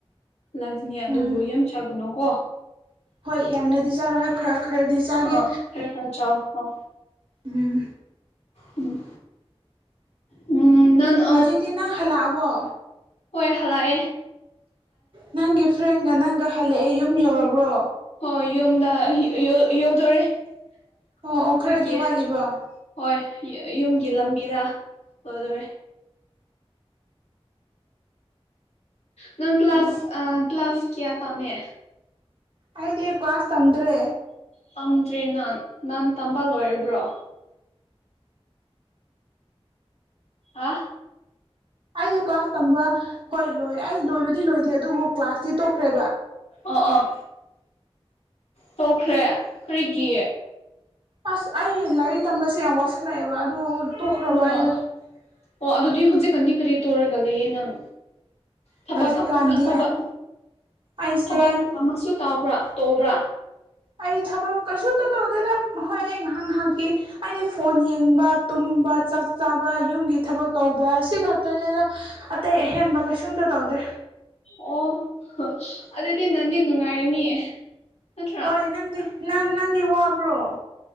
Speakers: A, on the left; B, on the right.
A: ꯂꯥꯛꯀꯅꯤ ꯑꯗꯨꯕꯨ
B: ꯎꯝ
A: ꯌꯥꯝ ꯆꯥꯒꯅꯨꯀꯣ
B: ꯍꯣꯏ ꯌꯥꯝꯅꯗꯤ ꯆꯥꯔꯣꯏ ꯈꯔ ꯈꯔꯗꯤ ꯆꯥꯒꯦ
A: ꯑꯥ ꯈꯔ ꯈꯔ ꯆꯥꯎ ꯑꯣ
B: ꯎꯝ
A: ꯎꯝ ꯎꯝ ꯅꯪꯅ
B: ꯍꯧꯖꯤꯛꯇꯤ ꯅꯪ ꯍꯜꯂꯛꯑꯕ꯭ꯔꯣ
A: ꯍꯣꯏ ꯍꯥꯜꯂꯛꯑꯦ
B: ꯅꯪꯒꯤ ꯐ꯭ꯔꯦꯟꯒ ꯅꯪꯒ ꯍꯜꯂꯛꯑꯦ
A: ꯑꯣ
B: ꯌꯨꯝ ꯌꯧꯔꯕ꯭ꯔꯣ
A: ꯍꯣꯏ ꯌꯨꯝꯗ <unintelligible> ꯌꯧꯗꯨꯔꯦ ꯑꯩꯈꯣꯏꯒꯤ
B: ꯑꯣ ꯑꯣ ꯈꯔꯗꯤ ꯋꯥꯠꯂꯤꯕ
A: ꯍꯣꯏ ꯌ ꯌꯨꯝꯒꯤ ꯂꯝꯕꯤꯗ ꯌꯧꯗꯣꯔꯦ ꯅꯪ ꯀ꯭ꯂꯥꯁ
B: ꯑꯣ
A: ꯑ ꯀ꯭ꯂꯥꯁꯥ ꯀꯌꯥ ꯇꯝꯃꯦ
B: ꯑꯩꯗꯤ ꯀ꯭ꯂꯥꯁ ꯇꯝꯗ꯭ꯔꯦ
A: ꯇꯝꯗ꯭ꯔꯦꯅ ꯅꯍꯥꯟ ꯇꯝꯕ ꯂꯣꯏꯔꯕ꯭ꯔꯣ ꯑꯥ
B: ꯑꯩꯗꯤ ꯀ꯭ꯂꯥꯁ ꯇꯝꯕ ꯍꯣꯏ ꯂꯣꯏ ꯑꯩ ꯂꯣꯏꯕꯗꯤ ꯂꯣꯏꯗꯦ ꯑꯗꯨꯕꯨ ꯀ꯭ꯂꯥꯁꯇꯤ ꯇꯣꯛꯈ꯭ꯔꯦꯕ
A: ꯑꯣ ꯑꯣ ꯇꯣꯛꯈ꯭ꯔꯦ ꯀꯔꯤꯒꯤ
B: ꯑꯁ ꯑꯩ ꯂꯥꯏꯔꯤꯛ ꯇꯝꯕꯁꯦ ꯌꯥꯝ ꯋꯥꯁꯜꯂꯛꯑꯦꯕ ꯑꯗꯨ ꯇꯣꯛꯈ꯭ꯔꯕ
A: ꯑꯣ
B: ꯑꯩꯗꯣ
A: ꯑꯣ ꯑꯗꯨꯗꯤ ꯍꯧꯖꯤꯛ ꯀꯥꯟꯗꯤ ꯀꯔꯤ ꯇꯣꯏꯔꯒ ꯂꯩꯌꯦ ꯅꯪ ꯊꯕꯛ
B: ꯍꯧꯖꯤꯛꯀꯥꯟꯗꯤ
A: <unintelligible> ꯊꯕꯛ
B: ꯑꯩꯁꯦ
A: ꯊꯕꯛ ꯑꯃꯁꯨ ꯇꯥꯕ꯭ꯔꯥ ꯇꯧꯕ꯭ꯔꯥ
B: ꯑꯩ ꯊꯕꯛ ꯀꯩꯁꯨꯇ ꯇꯧꯗꯦꯗ ꯍꯣꯏ ꯑꯩ ꯉꯥꯏꯍꯥꯛ ꯉꯥꯏꯍꯥꯛꯀꯤ ꯑꯩꯗꯤ ꯐꯣꯟ ꯌꯦꯡꯕ ꯇꯨꯝꯕ ꯆꯥꯛ ꯆꯥꯕ ꯌꯨꯝꯒꯤ ꯊꯕꯛ ꯇꯧꯕ ꯁꯤ ꯈꯛꯇꯅꯦꯗ ꯑꯇꯩ ꯑꯍꯦꯟꯕ ꯀꯩꯁꯨꯝꯇ ꯇꯧꯗꯦ
A: ꯑꯣ ꯍ ꯑꯗꯨꯗꯤ ꯅꯪꯗꯤ ꯅꯨꯡꯉꯥꯏꯔꯅꯤ ꯅꯠꯇ꯭ꯔꯥ
B: ꯍꯣꯏ ꯅꯪꯗꯤ ꯅꯪ ꯅꯪꯒꯤ ꯋꯥꯕ꯭ꯔꯣ